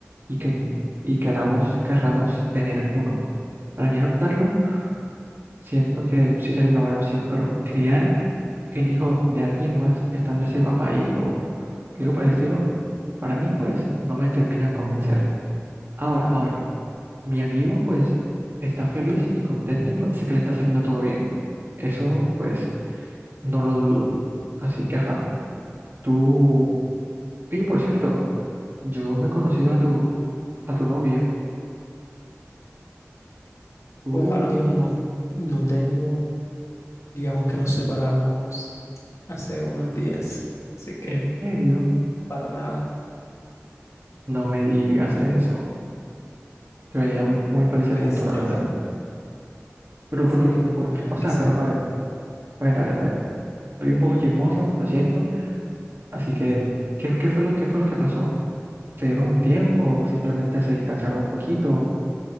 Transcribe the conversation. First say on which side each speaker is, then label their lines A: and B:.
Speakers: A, on the right; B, on the left.
A: y, que, y queramos, querramos tener uno. Para mí adoptarlo, siento que sí sería una buena opción, pero criar el hijo de alguien más estando ese papá ahí o algo por el estilo, para mí pues no me termina de convencer. Ahora, ahora, mi amigo pues está feliz y contento y parece que le está saliendo todo bien. Eso pues no lo dudo. Así que ajá, tú... Y por cierto, Yo no he conocido a tu, a tu novia. ¿Tú,
B: Pues ahora mismo no. No tengo, digamos que nos separamos hace unos días, así que
A: en serio?
B: para nada
A: No me digas eso. Se veían muy felices
B: triste.
A: juntos, la verdad. Pero,
B: Sí,
A: pero,
B: pero
A: ¿por qué?
B: ajá,
A: O
B: es
A: sea,
B: que se.
A: pero, a ver, a ver, a ver, a ver. Soy un poco chismoso, lo siento. Así que, ¿qué, qué fue lo, qué fue lo que pasó? ¿Se dieron un tiempo? ¿Simplemente se distanciaron un poquito?